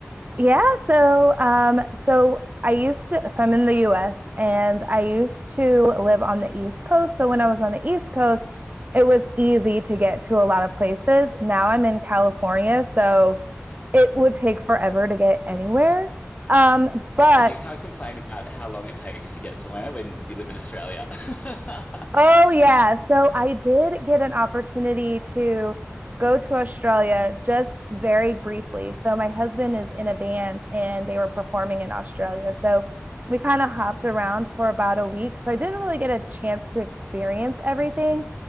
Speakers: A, on the right; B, on the left.
A: Yeah, so um so I used to so I'm in the US and I used to live on the East Coast. So when I was on the East Coast, it was easy to get to a lot of places. Now I'm in California, so it would take forever to get anywhere. Um, but
B: Okay, you can't complain about how long it takes to get somewhere when you live in Australia. <laughs>
A: oh yeah,
B: so
A: so I did get an opportunity to go to Australia just very briefly. So my husband is in a band and they were performing in Australia. So we kind of hopped around for about a week. So I didn't really get a chance to experience everything.